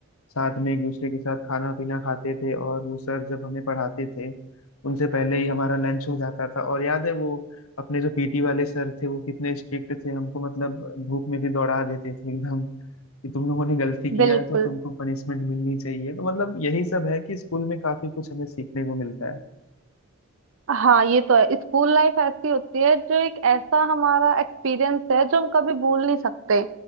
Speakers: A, on the left (about 75°); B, on the right (about 60°).
A: साथ में एक दूसरे के साथ खाना पीना खाते थे और वो सर जब हमें पढ़ाते थे उनसे पहले ही हमारा लंच हो जाता था और याद है वो अपने जो पीटी वाले सर थे वो कितने स्ट्रिक्ट थे हमको मतलब धूप में भी दौड़ा देते थे एकदम कि तुम लोगों ने गलती किया
B: बिल्कुल
A: है तो तुमको पनिशमेंट मिलनी चाहिए तो मतलब यही सब है कि स्कूल में काफी कुछ हमें सीखने को मिलता है
B: हाँ ये तो है स्कूल लाइफ ऐसी होती है जो एक ऐसा हमारा एक्सपीरियंस है जो हम कभी भूल नहीं सकते